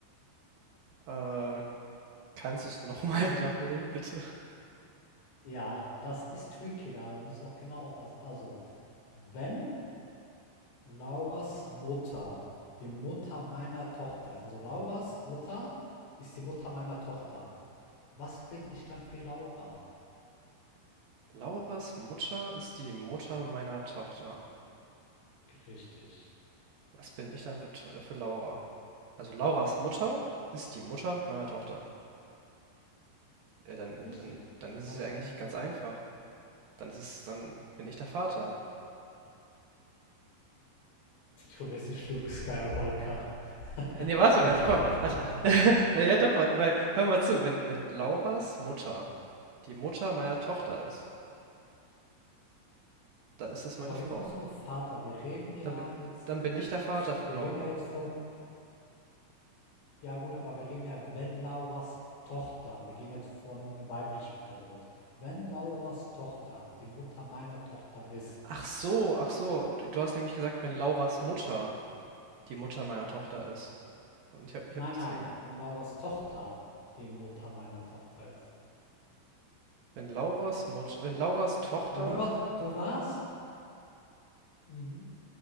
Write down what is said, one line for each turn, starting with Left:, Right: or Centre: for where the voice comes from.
Right: Äh, kannst du es nochmal <laughs> wiederholen, bitte?
Left: Ja, das ist tricky, da muss auch genau aufpassen. Also, wenn Lauras Mutter die Mutter meiner Tochter ist, also Lauras Mutter ist die Mutter meiner Tochter, was bin ich dann für Laura?
Right: Lauras Mutter ist die Mutter meiner Tochter.
Left: Richtig.
Right: Was bin ich dann für, To- für Laura? Also Lauras Mutter ist die Mutter meiner Tochter. Ja, dann,
Left: Richtig.
Right: dann, dann ist
Left: Was
Right: es ja eigentlich
Left: wäre
Right: ganz
Left: dann?
Right: einfach. Dann ist es, dann bin ich der Vater.
Left: Du bist nicht Schluck Skywalker. <laughs>
Right: Äh, Nee, warte,
Left: ich
Right: weil, komm,
Left: bin ein Vater.
Right: warte. <laughs> Naja, doch, weil, weil, hör mal zu, wenn, wenn Lauras Mutter die Mutter meiner Tochter ist, dann ist das
Left: Aber
Right: meine Frau.
Left: wie kommst du auf Vater? Wir reden ja
Right: Dann bin,
Left: jetzt
Right: dann
Left: immer,
Right: bin ich der Vater für
Left: wir
Right: Laura.
Left: reden ja jetzt von, ja gut, aber wir reden ja, wenn Lauras Tochter, wir gehen jetzt von weiblichen Personen aus. Wenn Lauras Tochter die Mutter meiner Tochter ist.
Right: Ach so, ach so. Du du hast nämlich gesagt, wenn Lauras Mutter die Mutter meiner Tochter ist. Und ich habe ich
Left: Nein,
Right: hab deswegen,
Left: nein, wenn Lauras Tochter die Mutter meiner Tochter ist.
Right: wenn Lauras Mutter, wenn Lauras Tochter,
Left: Aber du warst, du warst, mhm,